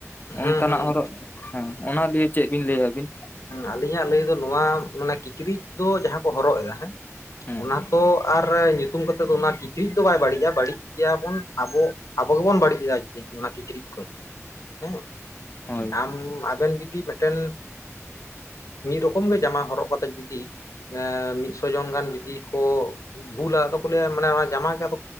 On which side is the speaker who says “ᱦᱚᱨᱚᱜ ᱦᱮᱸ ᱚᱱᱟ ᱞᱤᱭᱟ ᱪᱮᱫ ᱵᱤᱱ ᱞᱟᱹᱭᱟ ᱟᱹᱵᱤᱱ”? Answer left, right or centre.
Left